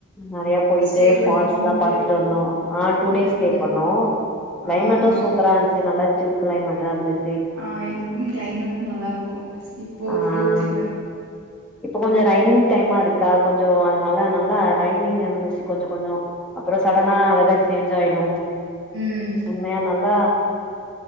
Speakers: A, in the centre; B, on the right.
A: நெறைய போயிட்டு
B: ஸ்டே
A: ஃபால்ஸ்லா
B: பண்ணிட்டு
A: பாத்துட்டு வந்தோ ஆ டூ
B: ம்
A: டேஸ் ஸ்டே
B: ம்.
A: பண்ணோ கிளைமேட்டு
B: ஆ ஆ.
A: சூப்பரா இருந்ச்சி நல்லா சில் கிளைமட்டா இருச்
B: ஆ இந் இந்த கிளைமேட்டு நல்லா இருக்கு இப்போ
A: ஆ
B: டூ த்ரீ மந்த்
A: இப்ப கொஞ்ச ரைனிங் டைமா இருக்கா கொஞ்ச அதனால நல்லா ரைனிங் இருந்துச்சு கொஞ்ச கொஞ்சோ அப்பற சடனா வெதர் சேன்ஞ்ச் ஆயிடு
B: ம்
A: உண்மையா நல்லா